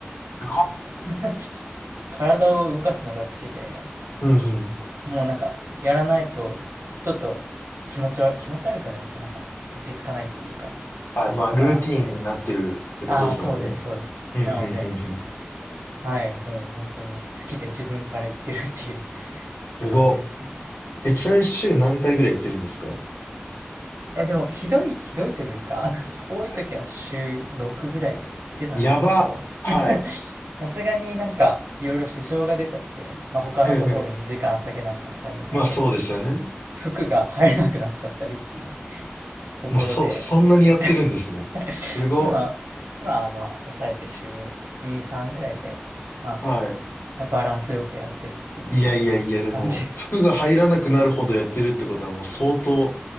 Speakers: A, on the left (about 75°); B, on the right (about 80°).
A: すごい
B: <laughs> 体を動かすのが好きで、
A: うんうん。
B: もうなんか、やらないと、ちょっと気持ち悪、気持ち悪くなるというか、なんか、落ち着かないっていうか、
A: はい。
B: ところがあって。
A: まあ、ルーティーンになってるってことですもんね。
B: ああ、そうです、そうです。
A: うんうんうんうん。
B: なので、はい、もう本当に好きで自分から言ってるっていう <laughs>
A: すごっ。
B: 感じですね。
A: え、ちなみに週何回ぐらい行ってるんですか
B: いやでも、ひどい、ひどいというか、<laughs> 多い時は週6ぐらいで行ってたんですけど、
A: はい。やば。はい。
B: <laughs> さすがになんかいろいろ支障が出ちゃって、まあ、他のことに時間割けなかったり、
A: うんうん。まあそうですよね。
B: あと服が入らなくなっちゃったりっていう <laughs> ところで
A: もうそ、そんなにやってるんですね。
B: <laughs>
A: すご。
B: 今、今はまあ抑えて週2、3ぐらいで、まあ
A: はい。
B: はいバランスよくやってるっていう感じです。
A: いやいやいや、でも、服が入らなくなるほどやってるってことはもう相当